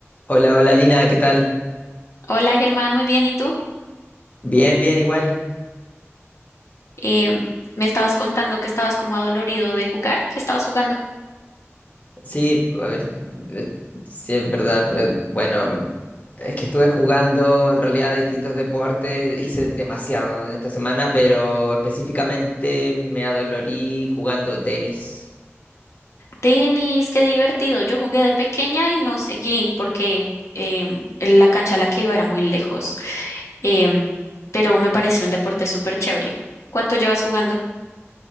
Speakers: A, on the left (about 30°); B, on the left (about 75°).
A: Hola, hola Lina, ¿qué tal?
B: Hola Germán, muy bien, ¿y tú?
A: Bien, bien, igual.
B: Em, me estabas contando que estabas como adolorido de jugar, que estabas jugando
A: Sí, a ver, eh, sí es verdad. eh, Bueno, es que estuve jugando en realidad distintos deportes, hice demasiado en esta semana, pero específicamente me adolorí jugando tenis.
B: tenis, qué divertido. Yo jugué de pequeña y no seguí porque em, la cancha a la que iba era muy lejos, Em, pero me pareció un deporte súper chévere. ¿Cuánto llevas jugando?